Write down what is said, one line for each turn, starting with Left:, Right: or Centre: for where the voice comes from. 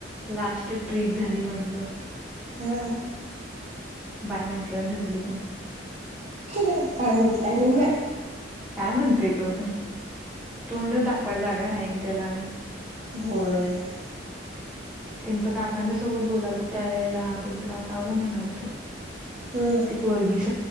Centre: लास्ट ट्रीप झाली म्हटलो
Right: हा
Centre: बाय म्हंटलं झपलो कि म
Right: काय म्हटला निमग
Centre: काय म्हणतेय तो तोंड दाखवाय जागा राहीली ना त्याला आणि
Right: होय.
Centre: त्यांचं काकांच्या सोबत बोलालत त्यावेेळेला त्यांचं काका पण म्हणालत.
Right: हम्म
Centre: त पोरर्गीस